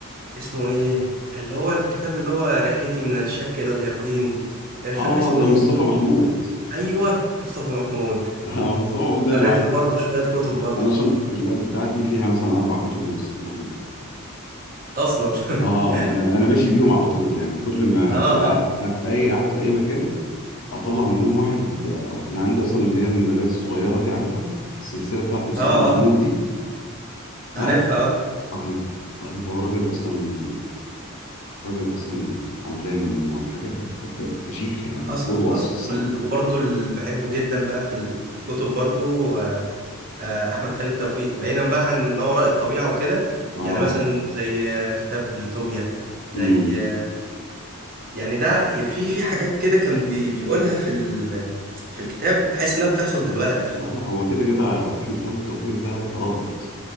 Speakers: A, on the right; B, on the left.
A: اسمه ايه اللي هو الكتاب اللي هو رحلتي من الشك الى اليقين أنا مش
B: اه
A: فاكر اسمه
B: ده
A: ايه
B: مصطفى محمود
A: ايوه مصطفى محمود
B: <laughs> اه مصطفى محمود ده
A: قريت
B: انا مع...
A: له برضه شوية كتب برضه
B: انا شنطه اللاب بتاعتي فيها مثلا اربع كتب لمصطفى محمود
A: أصلا
B: اه
A: <laughs>
B: انا انا ماشي بيهم على طول يعني كل ما
A: آه
B: ابقى
A: آه
B: أبقى في اي قاعد في اي مكان اطلع منهم واحد اقراه انا عندي اصلا اللي هي المجلات الصغيره دي عارفها السلسله بتاعت مصطفى
A: آه
B: محمود
A: آه
B: دي
A: عارفها
B: اه
A: آه
B: رهيبه رهيبه هو راجل اصلا راجل اصلا علام وحاجه ف- ف- فشيخه يعني
A: حصل
B: فوق الوصف
A: حصل
B: الصراحه
A: وال- وبرضه اللي بحبه جدا بقى في ال- في الكتب برضه آه آه، أحمد خالد توفيق بعيدا بقى عن ما وراء الطبيعة وكده
B: اه
A: يعني مثلا زي آه، كتاب يوتوبيا زي
B: امم
A: آه، يعني ده في في حاجات كده كان بي بيقولها في ال في الكتاب تحس إنها بتحصل دلوقتي
B: لا لا هو كده كده احمد خالد توفيق ده رائد